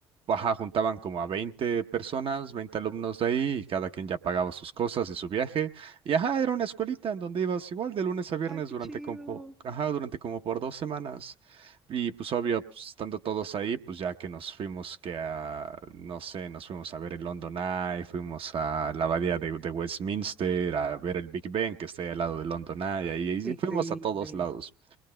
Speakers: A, on the right (about 45°); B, in the centre.
A: Ajá, juntaban como a 20 personas, 20 alumnos de ahí, y cada quien ya pagaba sus cosas y su viaje. Y ajá, era una escuelita en donde ibas igual de lunes a viernes
B: Ay, qué
A: durante
B: chido.
A: como, ajá, durante como por dos semanas. Y pues obvio, pues, estando todos ahí, pues ya que nos fuimos que a, no sé, nos fuimos a ver el London Eye, fuimos a la abadía de, de Westminster, a ver el Big Ben que está ahí al lado del London Eye, ahí, y
B: Qué increíble.
A: fuimos a todos lados.